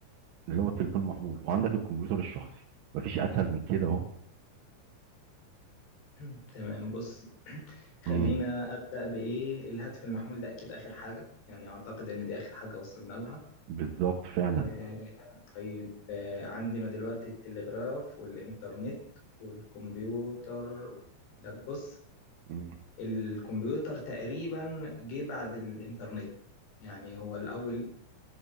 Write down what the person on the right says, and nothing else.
اللي هو التليفون المحمول وعندك الكمبيوتر الشخصي مفيش أسهل من كده أهو
امم
بالظبط فعلا
مم.